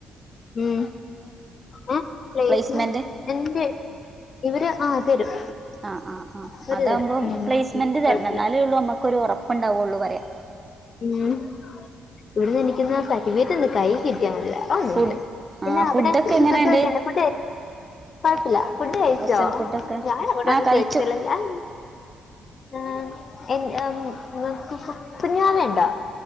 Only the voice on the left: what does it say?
ഉം. ഏ പലേസിന്
എന്റെ ഇവര് ആഹ് തരും
ഇവര്
തരും
ഉം പിന്നെ
കൊഴപ്പില്ല
ഉം. ഇവിടുന്ന് എനിക്കെന്ന സർട്ടിഫിക്കറ്റ് ഒന്ന് കയ്യി കിട്ടിയാ മതി. <unintelligible>
പിന്നെ
അവിടെ
<unintelligible>
കൊ ഴപ്പില്ല ഫുഡ് കഴിച്ചോ?
ഞാന അവിടൊന്നും
ചോദിക്കുന്നില്ല. ഞാൻ ആ. <unintelligible>